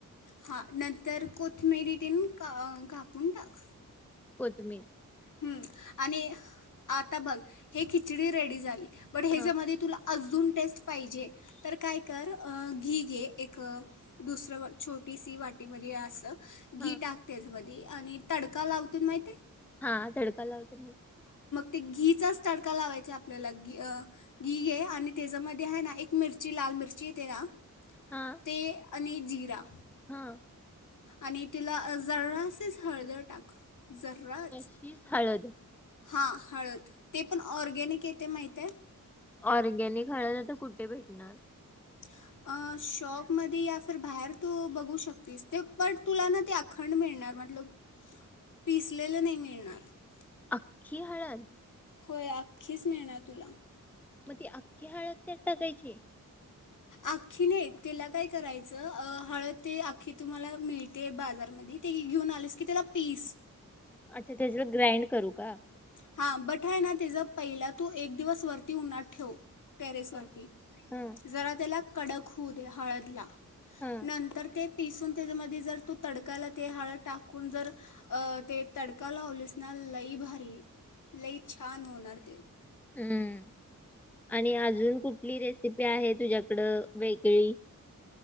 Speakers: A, on the left; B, in the centre.
A: हा नंतर कोथमिरी तेन का कापून टाक.
B: तुम्ही?
A: हम्म आणि आता बघ हे खिचडी रेडी झाली. बट ह्याच्यामध्ये
B: हा
A: तुला अजून टेस्ट पाहिजे तर काय कर घी घे एक दुसरं छोटीशी वाटीमध्ये असं. घी
B: हा
A: टाक त्याच्यामधी. आणि तडका लावतेय माहिती हाय
B: हा तडका लावते माहिती हाय
A: ते घीचाच ताडका लावायचा आपल्याला घी घी घे आणि त्याच्यामध्ये आहे ना एक मिरची लाल मिरची येते ना.
B: हा
A: ते. आणि जीरा
B: हा.
A: आणि तुला जरासच हळदर टाक. जराच
B: शीच हळद
A: हां हळद ते पण ऑर्गेनिक येते माहितीया.
B: ऑर्गेनिक हळद आता कुठे भेटणार?
A: <inaudible>
B: अख्खी हळद.
A: होय आख्खीच मिळनार तुला
B: मग ती अख्खी हळद त्यात टाकायची?
A: आख्खी नइ तेला काय करायचं अ, हळद ती आख्खी तुम्हांला मिळते बाजारमध्ये, ते घेऊन आलीस की त्याला पीस
B: आच्छा तेज ग्रॅड करू का?
A: हा बट हाय ना, तेज पहिला तू एक दिवस वरती उन्हात ठेव. टेरेसवरती
B: हा हा
A: जरा त्याला कडक होऊदे. हळद ला.
B: हा.
A: नंतर ते पिसून त्यज्यामधी जर तू तडकाला ते हळद टाकून जर अ ते तडका लावलीस ना लई भारी लई छान होणार ते
B: हम्म! आणि अजून कुठली रेसिपी आहे तुझ्याकडं वेगळी?